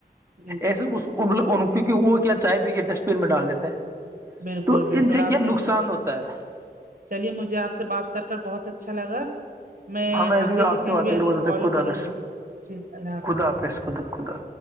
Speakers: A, on the right; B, on the right.
A: جی جی
B: ایسے اس کیکہ وہ کیا چائے پی کے ڈسٹبین میں ڈال دیتے ہیں
A: بالکل
B: تو
A: بالکل
B: ان سے
A: آپ
B: کیا نقصان
A: نے
B: ہوتا تو
A: چلیے مجھے آپ سے بات کر کر بہت اچھا لگا میں
B: ہمیں بھی
A: آگے
B: آپ
A: کی
B: سے
A: چیز
B: بات
A: بھی
B: کر
A: ایسی
B: بتاتے
A: فالو
B: خدا
A: کروں
B: حافظ
A: گی جی اللہ حافظ
B: خدا خدا خدا